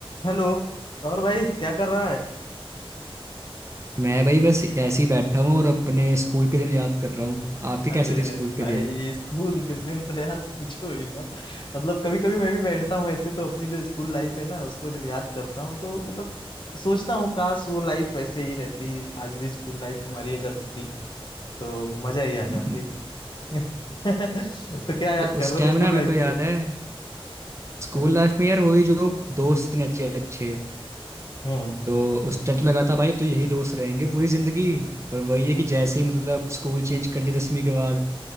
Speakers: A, on the left (about 55°); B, on the right (about 30°).
A: हेलो और भाई क्या कर रहा है
B: मैं भाई बस ऐसे ही बैठा हूँ और अपने स्कूल के दिन याद कर रहा हूँ आपके
A: अरे
B: कैसे थे स्कूल
A: भाई
B: के दिन
A: स्कूल के दिन तो यार पूछो ही मत मतलब कभी कभी मैं भी बैठता हूँ ऐसे तो अपनी जो स्कूल लाइफ है ना उसको जब याद करता हूँ तो मतलब सोचता हूँ काश वो लाइफ वैसे ही रहती आज भी स्कूल लाइफ हमारी अगर होती तो मजा ही आ
B: <laughs>
A: जाती <laughs> तो क्या याद
B: तो
A: कर
B: उस
A: रहे
B: टाइम
A: हो स्कूल
B: ना मेरे
A: लाइफ
B: को याद
A: में
B: है स्कूल
A: अ,
B: लाइफ में यार वही जो दोस्त इतने अच्छे अच्छे
A: हम्म
B: तो उस टाइम तो लगा था भाई तो यही दोस्त रहेंगे पूरी जिंदगी पर वही है कि जैसे ही मतलब स्कूल चेंज कर लिया दसवीं के बाद